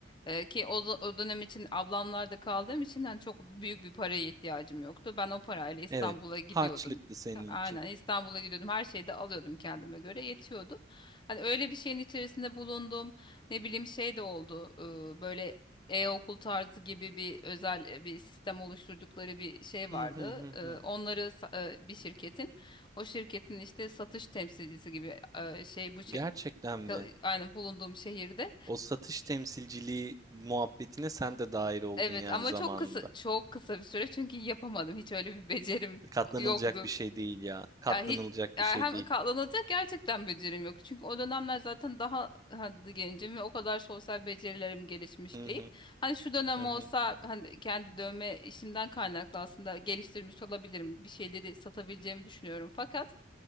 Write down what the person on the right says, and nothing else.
Evet.
Harçlıktı senin
için.
Hı
hı hı
hı.
Gerçekten mi?
O satış temsilciliği muhabbetine sen de dahil oldun
yani
zamanında.
Katlanılacak
bir şey değil ya. Katlanılacak
bir şey değil.
Hı
hı
hı
hı